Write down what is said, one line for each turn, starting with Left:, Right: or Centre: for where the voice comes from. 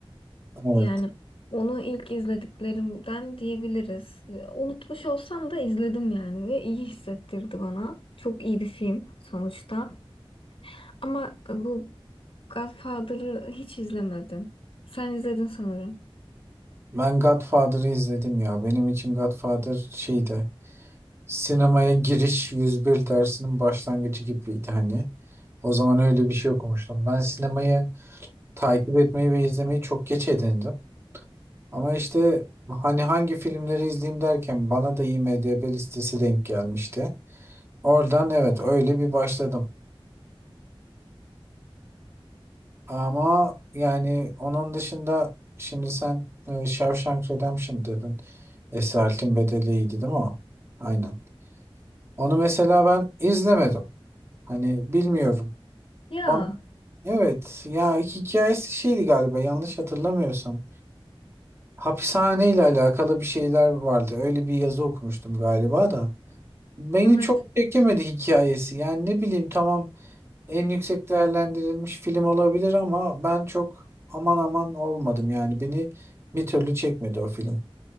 Right: Evet.
Left: Yani onu ilk izlediklerimden diyebiliriz. Ee, Unutmuş olsam da izledim yani ve iyi hissettirdi bana. Çok iyi bir film sonuçta. Ama e, bu Godfather'ı hiç izlemedim. Sen izledin sanırım.
Right: Ben Godfather'ı izledim ya. Benim için Godfather şeydi. Sinemaya giriş 101 dersinin başlangıcı gibiydi hani. O zaman öyle bir şey okumuştum. Ben sinemayı takip etmeyi ve izlemeyi çok geç edindim. Ama işte hani hangi filmleri izleyeyim derken bana da IMDb listesi denk gelmişti. Oradan evet öyle bir başladım. Ama yani onun dışında şimdi sen e, Shawshank Redemption dedin. Esaretin Bedeli iyiydi değil mi o? Aynen. Onu mesela ben izlemedim. Hani bilmiyorum.
Left: Ya,
Right: Bana, evet ya hikayesi şeydi galiba yanlış hatırlamıyorsam. Hapishane ile alakalı bir şeyler vardı. Öyle bir yazı okumuştum galiba da. Beni
Left: evet.
Right: çok çekemedi hikayesi. Yani ne bileyim tamam en yüksek değerlendirilmiş film olabilir ama ben çok aman aman olmadım. Yani beni bir türlü çekmedi o film.